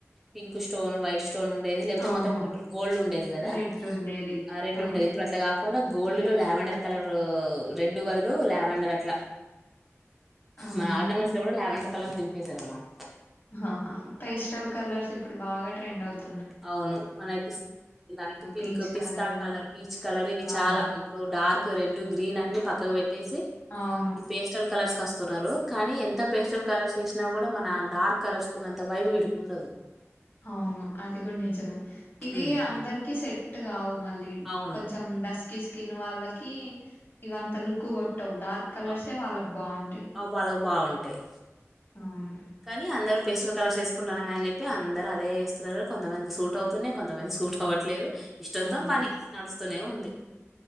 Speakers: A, in the centre; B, on the left.
A: పింక్ స్టోన్ వైట్ స్ట స్టోన్ ఉండేది లేకపోతే
B: అవును
A: మొత్తం టోటల్ గోల్డ్ ఉండేది గదా
B: రెడ్ ఉండేది
A: ఆ రెడ్
B: అవును
A: ఉండేది ఇప్పుడు అట్లా కాదు కాకుండా గోల్డ్ లో ల్యావెండర్ కలర్ రెడ్ బదులు లావెండర్ అట్లా
B: అవునా
A: మన ఆర్నమెంట్స్
B: అండి
A: లో కూడా లావెండర్ కలర్ దింపేశారు అన్నమాట
B: ఆహా పేస్టల్ కలర్స్ ఇప్పుడు బాగా ట్రెండ్ అవుతుంది
A: అవును మనపి లైట్ పింక్
B: పీచ్
A: పిస్తా
B: కలరు
A: కలర్ పీచ్ కలర్ ఇవి చాలా
B: అవును
A: ఇప్పుడు డార్క్ రెడ్ గ్రీన్ అన్ని పక్కకు పెట్టేసి
B: అవును.
A: ఇప్పుడు పేస్టల్ కలర్స్ వస్తున్నారు కానీ ఎంత పేస్టల్ కలర్స్ వేసినా కూడా మన డార్క్ కలర్స్ ఉన్నంత వైడ్ వీటికి ఉండదు
B: అవును అది కూడా నిజమే ఇవి
A: ఉమ్,
B: అందరికిీ సెట్ కావు మళ్ళీ
A: అవును
B: కొంచెం డస్కి స్కిన్ వాళ్ళకి ఇవంత లుక్ కొట్ టౌ డార్క్ కలర్సే
A: అ-
B: వాళ్ళకి బాగుంటాయి
A: ఆ వాళ్ళకి బాగుంటాయి
B: అవును
A: కానీ అందరు పెస్టల్ కలర్స్ వేసుకుంటరు అని జెప్పి అందరు అదేస్తున్నారు కొంతమందికి సూట్ అవుతున్నాయి కొంతమంది సూట్ అవట్లేదు ఇష్టంతో
B: అవును.
A: పని నడుస్తూనే ఉంది